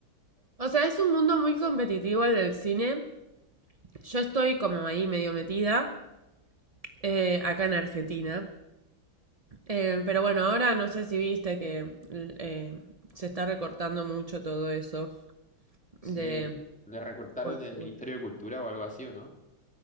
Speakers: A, on the right (about 60°); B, in the centre.
A: O sea, es un mundo muy competitivo el del cine. Yo estoy como ahí medio metida, eh, acá en Argentina. Eh, pero bueno, ahora no sé si viste que eh, se está recortando mucho todo eso
B: Sí,
A: de
B: le recortaron
A: cultura.
B: el Ministerio de Cultura o algo así, ¿o no?